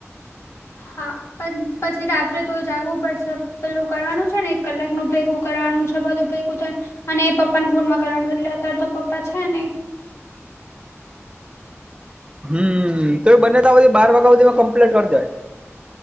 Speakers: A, on the left; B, on the right.
A: હા પણ પછી રાત્રે તો એ જાગવું પડશે પેલું કરવાનું છે ને એક કલાક નું ભેગું કરવાનું છે બધું ભેગું થાય. અને એ પપ્પા ન ફોનમાં કરવાનું એટલે અત્યારે તો પપ્પા છે નઇ.
B: હમ્મ તો બંને તો બધી બાર વાગ્યા સુધી કમ્પ્લીટ કરી દેવાય.